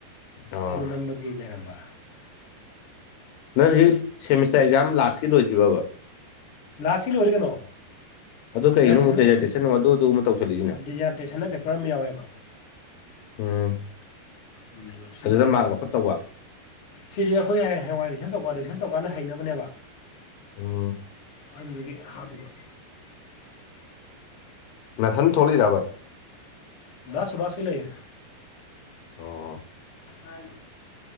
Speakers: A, on the left (about 75°); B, on the left (about 55°).
A: ꯑꯣ
B: ꯑꯗꯨ ꯅꯝꯕꯒꯤ ꯂꯩꯔꯝꯕ
A: ꯅꯪ ꯍꯧꯖꯤꯛ ꯁꯦꯃꯤꯁꯇꯔ ꯑꯦꯛꯖꯥꯝ ꯂꯥꯁꯀꯤ ꯂꯣꯏꯗ꯭ꯔꯤꯕꯕ
B: ꯂꯥꯁꯀꯤ ꯂꯣꯏꯔꯦ ꯀꯩꯅꯣ
A: ꯑꯗꯨ ꯀꯩꯒꯤꯅꯣ
B: ꯗꯤꯖꯥꯔꯇꯦꯁꯟ
A: ꯑꯃꯨꯛ ꯗꯦꯖꯔꯇꯦꯁꯟ ꯑꯗꯨ ꯑꯗꯨꯃꯨꯛ ꯇꯧꯁꯜꯂꯤꯁꯤꯅ
B: ꯗꯤꯖꯥꯔꯇꯦꯁꯟꯅ ꯄꯦꯄꯔ ꯑꯃ ꯌꯥꯎꯋꯦꯕ
A: ꯎꯝ
B: ꯎꯝ ꯁꯤꯁꯦ
A: ꯑꯗꯨꯗ ꯃꯥꯔꯛ ꯂꯧꯈꯠꯇꯧꯕ
B: ꯁꯤꯁꯦ ꯑꯈꯣꯏ ꯍꯌꯦꯡꯋꯥꯢ ꯔꯤꯁ꯭ꯔꯁ ꯇꯧꯀꯟ ꯔꯤꯁ꯭ꯔꯁ ꯇꯧꯀꯥꯟꯗ ꯍꯩꯅꯕꯅꯦꯕ
A: ꯎꯝ
B: ꯑꯗꯨꯗꯨꯒꯤ ꯍꯥꯞꯄꯤꯕ
A: ꯃ ꯊꯅꯤ ꯊ ꯊꯣꯛꯂ ꯌꯥꯕꯔ
B: ꯁꯕꯥꯁꯀꯦ ꯂꯩ
A: ꯑꯣ
B: ꯍꯥꯏ